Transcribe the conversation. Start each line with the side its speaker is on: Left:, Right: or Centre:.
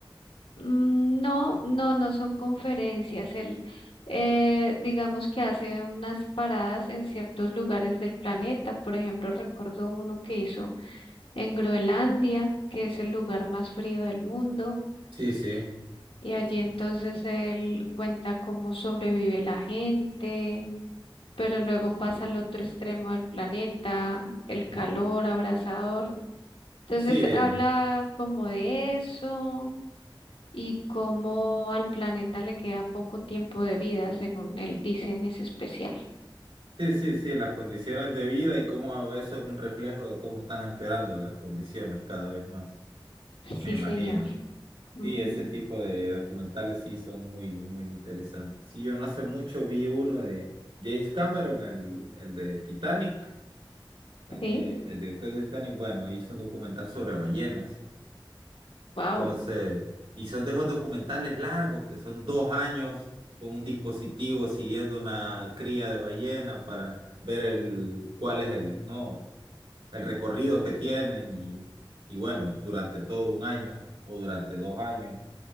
Left: Mm, No, no, no son conferencias. Él, eh, digamos que hace unas paradas en ciertos lugares del planeta. Por ejemplo, recuerdo uno que hizo en Groenlandia, que es el lugar más frío del mundo.
Right: Sí, sí.
Left: Y allí entonces él cuenta cómo sobrevive la gente pero luego pasa al otro extremo del planeta, el calor abrasador. Entonces
Right: Sí, eh,
Left: habla como de eso y cómo al planeta le queda poco tiempo de vida, según él dice en ese especial.
Right: sí, sí, sí, las condiciones de vida y cómo eso es un reflejo de cómo están empeorando las condiciones cada vez más, me
Left: Sí,
Right: imagino.
Left: señor.
Right: Sí,
Left: Ujú.
Right: ese tipo de documentales sí son muy, muy interesantes. Sí, yo no hace mucho vi uno de James Cameron, el, el de Titanic, el
Left: Sí,
Right: que, el director de Titanic, bueno, hizo un documental sobre ballenas.
Left: wow.
Right: Entonces, y son de esos documentales largos que son dos años con un dispositivo siguiendo una cría de ballena para ver el, cuál es el, no, el recorrido que tienen y, y bueno, durante todo un año o durante dos años.